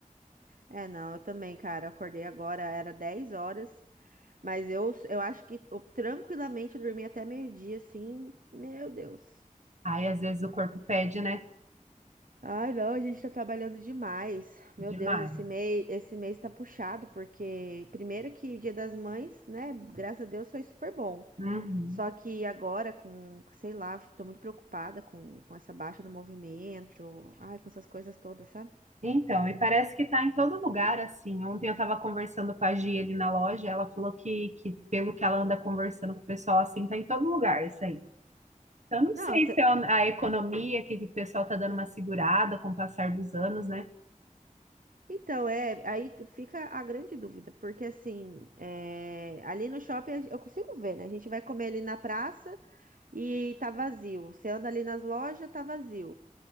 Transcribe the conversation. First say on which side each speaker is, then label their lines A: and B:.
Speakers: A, on the right; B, on the right.
A: É, não, eu também, cara, eu acordei agora, era 10 horas. Mas eu, eu acho que eu, tranquilamente eu dormi até meio-dia, assim. Meu Deus.
B: Aí às vezes o corpo pede, né?
A: Ai, não, a gente tá trabalhando demais. Meu
B: Demais.
A: Deus, esse mês, esse mês tá puxado, porque primeiro que o Dia das Mães, né? Graças a Deus foi super bom.
B: Uhum.
A: Só que agora, com, sei lá, tô muito preocupada com, com essa baixa do movimento, ai, com essas coisas todas, sabe?
B: Então, e parece que tá em todo lugar, assim. Ontem eu tava conversando com a Gi ali na loja, ela falou que, que pelo que ela anda conversando com o pessoal, assim, tá em todo lugar isso aí. Eu não
A: Não,
B: sei
A: você.
B: se é a economia que o pessoal está dando uma segurada com o passar dos anos, né?
A: Então, é, aí que fica a grande dúvida, porque assim, é, ali no shopping a gen- eu consigo ver, né? A gente vai comer ali na praça e tá vazio. Você anda ali nas lojas, tá vazio.